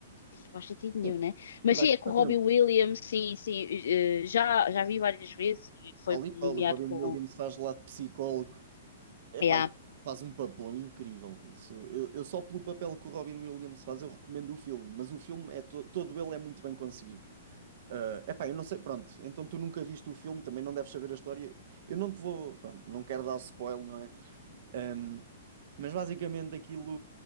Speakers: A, on the left; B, on the right.
A: não faz sentido nenhum,
B: Sim,
A: né? Mas
B: mas vais
A: sim, é
B: ficar
A: com o Robbie
B: tempo.
A: Williams, sim, sim, eh, já, já vi várias vezes e foi
B: Ali
A: nomeado
B: Paulo, o Robin
A: com.
B: Williams faz lá de psicólogo Epá,
A: Yeah.
B: e faz um papelão incrível. Isso, eu, eu só pelo papel que o Robin Williams faz, eu recomendo o filme, mas o filme é to- todo ele é muito bem conseguido. Ah, epá, eu não sei, pronto, então tu nunca viste o filme, também não deves saber a história. Eu não te vou, pronto, não quero dar spoiler, não é? Ahm, mas basicamente aquilo,